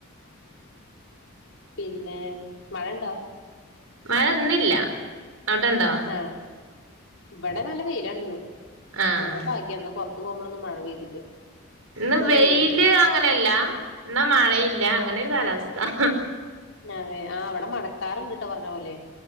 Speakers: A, on the left (about 70°); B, on the right (about 80°).
A: പിന്നെ മഴ ണ്ടോ
B: മഴൊന്നില്ല അവിടെണ്ടോ
A: ആഹ് ഇവിടെ നല്ല വെയിലാണ് ഇന്ന്
B: ആഹ്
A: എന്തോ ഭാഗ്യം ഇന്ന് പൊർ ത് പോവുമ്പളൊന്നും മഴ പെയ്തില്ല
B: ഇന്ന്
A: നല്ല
B: വെയില്
A: തന്നെയല്ലായിരുന്നു
B: അങ്ങനെയല്ല എന്ന മഴയില്ല അങ്ങനെ കാലാവസ്ഥ ഹ ഹ
A: നതെ ആ ഇവിടെ മഴക്കാറ്ണ്ട്ട്ടോ പർഞ്ഞ പോലെ